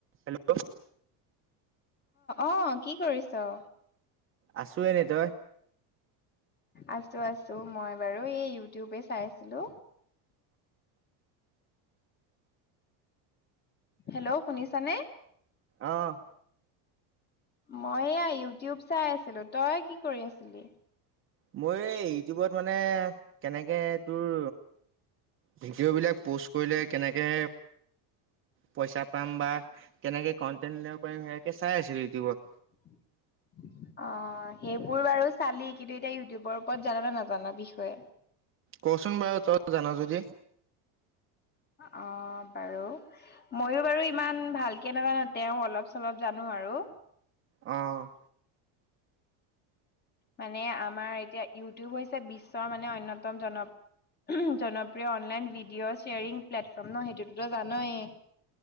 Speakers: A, on the right; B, on the left.
A: Hello?
B: অ', কি কৰিছ?
A: আছো এনে, তই?
B: আছো আছো, মই বাৰু এই ইউটিউবে চাই আছিলো। হেল্ল' শুনিছানে?
A: অ'।
B: মই এয়া ইউটিউব চাই আছিলো, তই কি কৰি আছিলি?
A: মইও এই ইউটিউবত মানে কেনেকে তোৰ ভিডিঅ'বিলাক পোষ্ট কৰিলে কেনেকে পইচা পাম বা কেনেকে কণ্টেন্ট উলিয়াব পাৰিম, সেয়াকে চাই আছিলো ইউটিউবত।
B: অ', সেইবোৰ বাৰু চালি, কিন্তু এতিয়া ইউটিউবৰ ওপৰত জান নে নাজান বিষয়ে?
A: ক'চোন বাৰু তই জান যদি?
B: অ', বাৰু। ময়ো বাৰু ইমান ভালকে নাজানো, তেওঁ অলপ-চলপ জানো আৰু।
A: অ'।
B: মানে আমাৰ এতিয়া ইউটিউব হৈছে বিশ্বৰ মানে অন্যতম জন জনপ্ৰিয় অনলাইন ভিডিঅ' শ্বেয়াৰিং প্লেটফৰ্ম ন', সেইটোটো তই জানই!